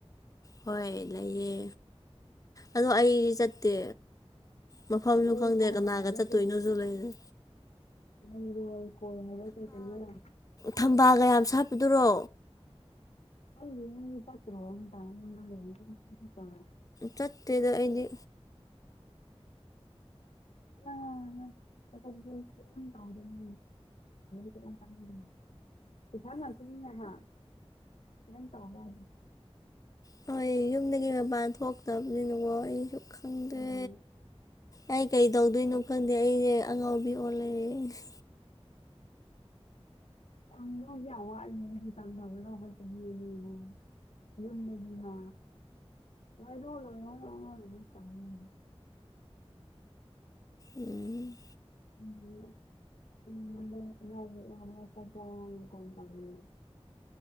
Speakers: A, on the left; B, on the left.
A: ꯍꯣꯏ ꯂꯩꯑꯦ ꯑꯗꯣ ꯑꯩ ꯆꯠꯇꯦ ꯃꯐꯝꯁꯨ
B: ꯄꯨꯔꯩꯀꯣꯜ
A: ꯈꯪꯗꯦ ꯀꯅꯥꯒ
B: ꯍꯥꯏꯕ꯭ꯔꯥ
A: ꯆꯠꯇꯣꯏꯅꯣꯁꯨ ꯂꯩꯔꯦ
B: ꯅ ꯔꯣꯜ ꯀꯣꯜ ꯍꯥꯏꯕ ꯀꯩ ꯀꯩꯅꯅ
A: ꯊꯝꯕꯥꯜꯒꯌꯥꯝ ꯁꯥꯠꯄꯗꯨꯔꯣ
B: ꯑꯩ ꯌꯦꯇꯔꯣ ꯎꯝ
A: ꯇꯠꯇꯗꯣ ꯑꯥꯗꯤ
B: ꯑꯥ ꯆꯠꯝ ꯀꯥꯎꯗꯅ ꯆ ꯑꯃ ꯀꯥꯟꯗꯥ ꯄꯩꯁꯥ ꯉꯛꯇꯅꯤ ꯍꯥ ꯀꯝ ꯇꯧꯒꯗ
A: ꯍꯣꯏ ꯌꯨꯝꯗꯒꯤ ꯃꯄꯥꯟ ꯊꯣꯛꯇꯕꯅꯤꯅꯀꯣ ꯑꯩꯁꯨ ꯈꯪꯗꯦ
B: ꯎꯝ
A: ꯑꯩ ꯀꯩ ꯇꯧꯗꯣꯏꯅꯣ ꯈꯪꯗꯦ ꯑꯩꯁꯦ ꯑꯉꯥꯎꯕꯤ ꯑꯣꯜꯂꯛꯦ
B: ꯌꯥꯝ ꯅꯪꯗꯤ ꯌꯥꯝꯅ ꯋꯥꯠꯂꯤꯅ ꯗꯨꯗꯤ ꯇꯝꯅꯒꯧꯗꯕ ꯆꯍꯤ ꯑꯃ ꯍꯦꯜꯂꯅꯤ ꯌꯨꯝꯅꯗꯤꯅ ꯂꯣꯏꯔꯣ ꯂꯣꯏꯔꯣ ꯂꯥꯛꯔꯅꯨ ꯇꯝꯅꯤꯌꯦ
A: ꯎꯝ
B: <unintelligible> ꯎꯝ ꯅꯪ ꯅꯪꯃꯨꯛ ꯍꯜꯂꯛꯑ ꯐꯠ ꯇꯧꯔꯛꯑꯣ ꯀꯣꯟꯅ ꯇꯧꯔꯒꯦ